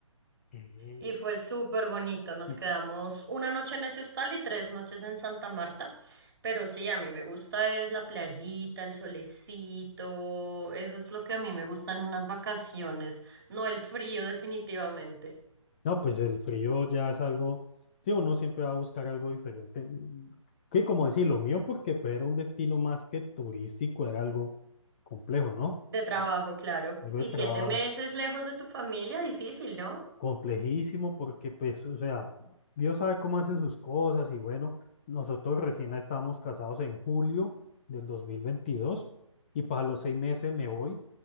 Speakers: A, on the left; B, on the right.
A: Mm,
B: Y fue súper bonito. Nos
A: mm.
B: quedamos una noche en ese hostal y tres noches en Santa Marta. Pero sí, a mí me gusta es la playita, el solecito. Eso es lo que a mí me gustan unas vacaciones, no el frío definitivamente.
A: No, pues el frío ya es algo, sí, uno siempre va a buscar algo diferente. Mm, Que como decir, lo mío, porque pues, era un destino más que turístico, era algo complejo, ¿no?
B: De trabajo,
A: De-
B: claro.
A: Algo
B: Y
A: de trabajo,
B: siete meses lejos de tu familia, difícil, ¿no?
A: complejísimo, porque pues, o sea, Dios sabe cómo hace sus cosas y bueno, nosotros recién estábamos casados en julio del 2022 y para los seis meses me voy.